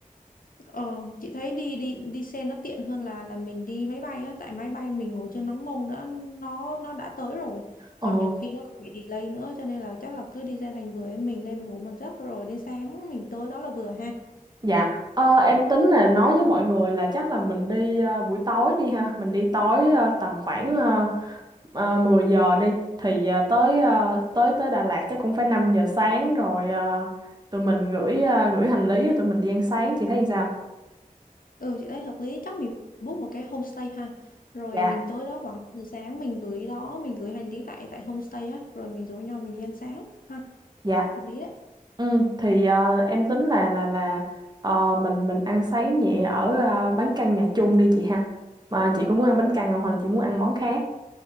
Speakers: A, on the left (about 75°); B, on the right (about 30°).
A: Ờ, chị thấy đi đi đi xe nó tiện hơn là là mình đi máy bay á, tại máy bay mình ngồi chưa nóng mông đã nó nó đã tới rồi.
B: Ờ,
A: Còn nhiều khi nó còn bị delay nữa cho nên là chắc là cứ đi ra thành bưởi mình lên mình ngủ một giấc rồi đến sáng mình tới đó là vừa ha.
B: dạ. Ờ, em tính là nói với mọi người là chắc là mình đi ờ, buổi tối đi ha. Mình đi tối ờ, tầm khoảng ờ, ờ, 10 giờ đi. Thì ờ, tới ờ, tới tới Đà Lạt chắc cũng phải 5 giờ sáng rồi ờ, tụi mình gửi ờ, gửi hành lý rồi tụi mình đi ăn sáng. Chị thấy như sao?
A: Ừ chị thấy hợp lý, chắc mình book một cái homestay ha. Rồi
B: Dạ.
A: mình tới đó khoảng 10 sáng mình gửi đó, mình gửi hành lý tại tại homestay á, rồi mình rủ nhau mình đi ăn sáng ha.
B: Dạ.
A: Hợp lý đấy.
B: Ừ, thì ờ, em tính là là là ờ, mình mình ăn sáng nhẹ ở ờ, bánh căn nhà chung đi chị ha. Mà chị có muốn ăn bánh căn không hoặc là chị muốn ăn món khác?